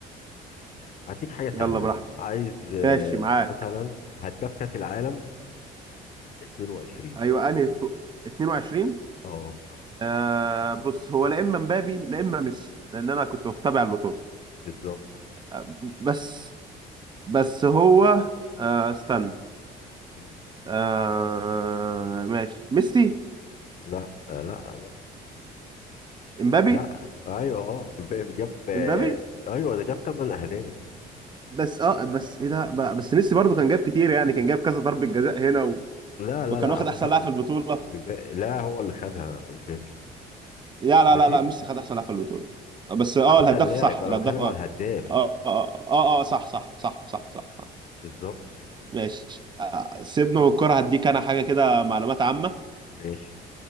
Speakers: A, on the left; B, on the right.
A: هديك حاجة
B: يلا
A: سهلة
B: براحتك
A: عايز آه،
B: ماشي معاك
A: مثلا هداف كأس العالم 22
B: ايوه انهي تو- 22
A: اه
B: آه بص هو لا اما مبابي لا اما ميسي لان انا كنت بتابع البطوله
A: بالظبط
B: آه بس بس هو آه استنى
A: مم.
B: آه ماشي ميسي
A: لا آه، لا بقى
B: امبابي
A: لا ايوه اه مبابي جاب آه،
B: امبابي
A: ايوه ده جاب 8 اهداف
B: بس اه بس ايه ده بقى- بس ميسي برضه كان جاب كتير يعني كان جاب كذا ضربه جزاء هنا و...
A: لا لا
B: وكان
A: لا
B: واخد
A: هو
B: احسن
A: 8
B: لاعب في البطوله
A: لا هو اللي خدها مبابي
B: لا لا
A: ماشي
B: لا لا ميسي خد احسن لاعب في البطوله آه، بس اه
A: احسن
B: الهداف
A: لاعب
B: صح
A: انا
B: الهداف
A: بتكلم
B: اه
A: على الهداف
B: اه
A: يعني.
B: اه اه, آه صح صح صح صح صح صح
A: بالظبط
B: ماشي آه سيبنا من الكوره هديك انا حاجه كده معلومات عامه
A: ماشي